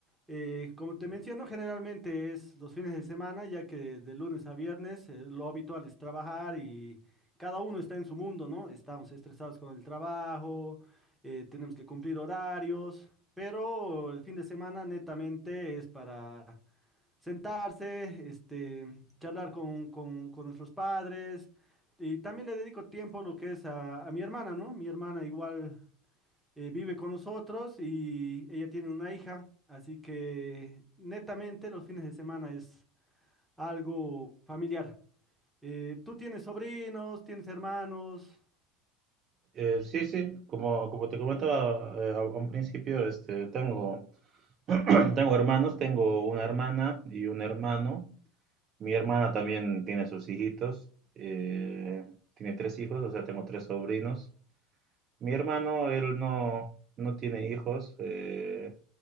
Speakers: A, in the centre; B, on the right.
A: Eh, como te menciono, generalmente es los fines de semana, ya que de lunes a viernes eh, lo habitual es trabajar y cada uno está en su mundo, ¿no? Estamos estresados con el trabajo, eh, tenemos que cumplir horarios, pero el fin de semana netamente es para sentarse, este, charlar con, con- con nuestros padres y también le dedico tiempo lo que es a, a mi hermana, ¿no? Mi hermana igual eh, vive con nosotros y ella tiene una hija, así que netamente los fines de semana es algo familiar. Eh, ¿tú tienes sobrinos, tienes hermanos?
B: Eh, sí, sí, como, como te comentaba eh, a a un principio, este, tengo, <clears throat> tengo hermanos, tengo una hermana y un hermano. Mi hermana también tiene sus hijitos, eh, tiene tres hijos, o sea, tengo tres sobrinos. Mi hermano, él no, no tiene hijos. eh,